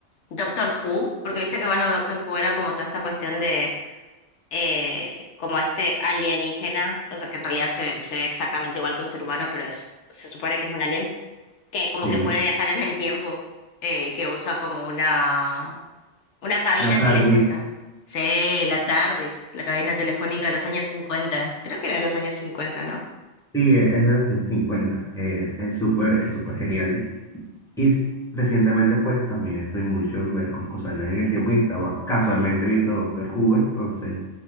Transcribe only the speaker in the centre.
Sí,
la
tardis.
Sí, es de los años 50. eh, es súper, es súper genial. Y s- recientemente, pues, también estoy mucho en ver como cosas de viajes en el tiempo y estaba casualmente viendo Doctor Who, entonces,